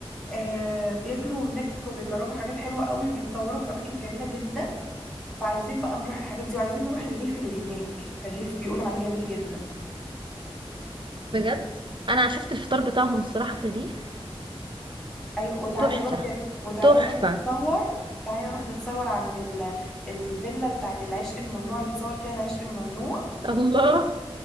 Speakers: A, in the centre; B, on the right.
A: آه بياكلوا هناك وبيجربوا حاجات حلوة قوي وبيتصوروا في اماكن جميلة جدا فعايزين بقى نروح الحاجات دي وعايزين نروح الريف اللي هناك الريف بيقول عليه جميل جدا
B: بجد انا شفت الفطار بتاعهم الصراحه في الريف
A: ايوه وتعالي
B: تحفه
A: نروح وتعالي
B: تحفه
A: نروح نتصور تعالي نروح نتصور عند ال... الفيلا بتاعت العشق الممنوع اللي اتصور فيها العشق الممنوع
B: الله